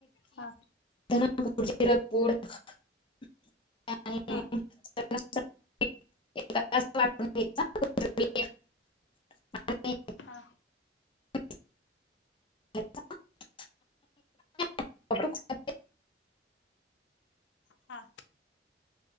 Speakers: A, on the left (about 80°); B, on the left (about 30°).
A: हा...
B: <inaudible> आणि
A: हा
B: <unintelligible>
A: हा
B: अच्छा... <unintelligible>
A: हा...